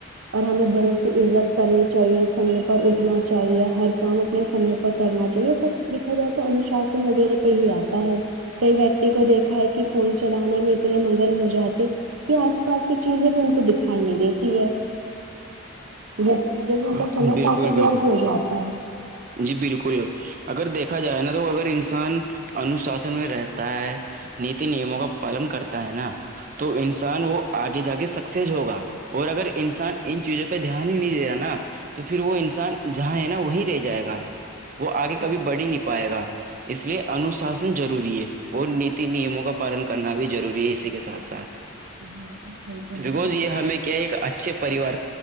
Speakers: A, on the right (about 85°); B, on the right (about 40°).
A: اور ہمیں بڑوں سے عزت کرنی چاہیے سمے پر اٹھنا چاہیے ہر کام اپنے سمے پر کرنا چاہیے یہ سب دیکھا جائے تو انشاسن وغیرہ پہ ہی آتا ہے کئی ویکتی کو دیکھا ہے کہ فون چلانے میں اتنے منگل ہو جاتے یہ آس پاس کی چیزیں بھی ان کو دکھائی نہیں دیتی ہے جس کی وجہ سے ان
B: ہاں،
A: کا سمے
B: بالکل
A: کافی
B: بالکل
A: ورد ہو جاتا ہے
B: جی بالکل اگر دیکھا جائے نا تو اگر انسان انوشاسن میں رہتا ہے نیتی نیموں کا پالن کرتا ہے نا تو انسان وہ آگے جا کے سکسیز ہوگا اور اگر انسان ان چیزوں پہ دھیان ہی نہیں دے رہا نا تو پھر وہ انسان جہاں ہے نا وہیں رہ جائے گا وہ آگے کبھی
A: بالکل
B: بڑ ہی نہیں پائے گا اس لیے انوشاسن ضروری ہے اور نیتی نیموں کا پالن کرنا بھی ضروری ہے اسی کے ساتھ ساتھ
A: بالکل صحیح کہہ
B: بیکوز
A: رہی ہو
B: یہ ہمیں کیا ایک اچھے پریوار